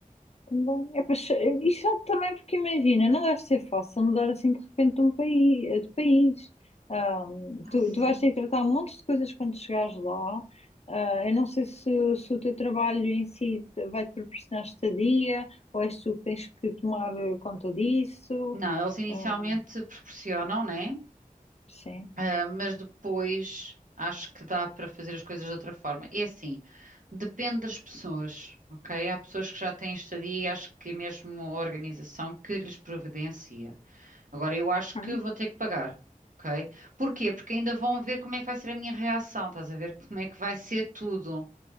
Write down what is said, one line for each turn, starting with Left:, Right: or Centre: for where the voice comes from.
Left: Também. É, pois, é, e chato também porque imagina, não deve ser fácil mudar assim de repente de um país, de país. Ah,
Right: Ah,
Left: tu,
Right: sim.
Left: tu vais ter que tratar um monte de coisas quando chegares lá. Ah, eu não sei se, se o teu trabalho em si vai-te proporcionar estadia ou és tu que tens que tomar conta disso.
Right: Não, eles inicialmente
Left: Ah,
Right: proporcionam, né?
Left: sim.
Right: Ah, mas depois acho que dá para fazer as coisas de outra forma. É assim, depende das pessoas, ok? Há pessoas que já têm estadia e acho que é mesmo a organização que lhes providencia. Agora, eu acho
Left: Hum.
Right: que vou ter que pagar, ok? Porquê? Porque ainda vão ver como é que vai ser a minha reação, estás a ver como é que vai ser tudo,